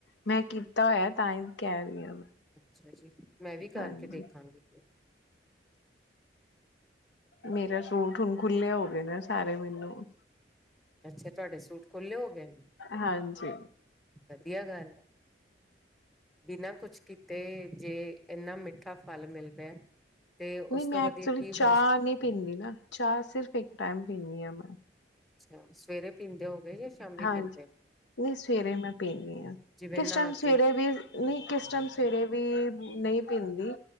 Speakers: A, on the left; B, in the centre.
A: ਮੈਂ ਕੀਤ ਤਾ ਹੋਇਆ, ਤਾਂ ਈ ਕਹਿ ਰੀ ਆਂ ਮੈਂ।
B: ਅੱਛਾ ਜੀ। ਮੈਂ ਵੀ ਕਰਕੇ
A: ਹਾਂਜੀ
B: ਦੇਖਾਂਗੀ।
A: ਮੇਰਾ ਸ਼ ਸੂਟ ਹੁਣ ਖੁੱਲ੍ਹੇ ਹੋ ਗਏ ਨੇ। ਸਾਰੇ ਮੈਨੂੰ
B: ਅੱਛਾ। ਤੁਹਾਡੇ ਸੂਟ ਖੁੱਲ੍ਹੇ ਹੋ ਗਏ ਨੇ।
A: ਹਾਂਜੀ
B: ਵਧੀਆ ਗੱਲ ਹੈ, ਬਿਨਾਂ ਕੁਛ ਕੀਤੇ ਜੇ ਇਨਾ ਮਿੱਠਾ ਫਲ ਮਿਲ ਰਿਹਾ। ਤੇ ਉਸ
A: ਨਹੀਂ, ਮੈਂ
B: ਤੋਂ ਵਧੀਆ
A: ਐਕਚੁਲੀ
B: ਕੀ
A: ਚਾਹ
B: ਹੋ ਸਕਦਾ
A: ਨਹੀਂ ਪੀਂਦੀ
B: ਹੈ
A: ਨਾ, ਚਾਹ ਸਿਰਫ ਇੱਕ ਟਾਈਮ। ਪੀਣੀ ਆ ਮੈਂ
B: ਅੱਛਾ ਸਵੇਰੇ ਪੀਂਦੇ ਹੋ? ਗਏ ਜਾਂ ਸ਼ਾਮੀ
A: ਹਾਂਜੀ,
B: ਪੀਂਦੇ ਹੋ
A: ਨਹੀਂ ਸਵੇਰੇ ਮੈਂ ਪੀਂਦੀ ਹਾਂ।
B: ਜਿਵੇਂ
A: ਕਿਸ
B: ਨਹਾ
A: ਟਾਈਮ
B: ਕੇ
A: ਸਵੇਰੇ ਵੀ ਨਹੀਂ, ਕਿਸ ਟਾਈਮ ਸਵੇਰੇ ਵੀ। ਨਹੀਂ ਪੀਂਦੀ।